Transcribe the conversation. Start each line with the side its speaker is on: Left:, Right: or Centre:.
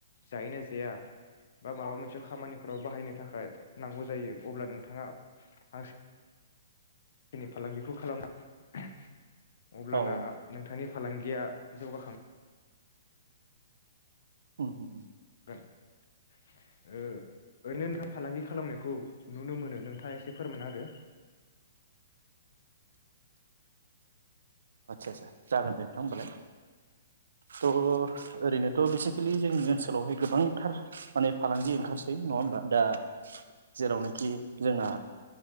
Left: जायोना जाया बा माबा मोनसे खामानिफोराव बाहायनो थाखाय नांगौ जायो अब्ला नोंथाङा हांसोनि फालांगिखौ खालामना अब्लाना
Right: औ
Left: नोंथांनि फालांगिया जौगाखां
Right: उम
Left: <unintelligible> ओ ओरैनो नोंथांङा फालांगि खालामनायखौ नुनो मोनो नोंथांङा एसे फोरमाना होदो।
Right: आदसा जागोन दे नोंथां होमबालाय थ ओरैनोथ बेसिकेलि जोंनि ओनसोलावहाय गोबांथार माने फालांगि ओंखारसै नङा होमबा दा जेरावनोखि जोंना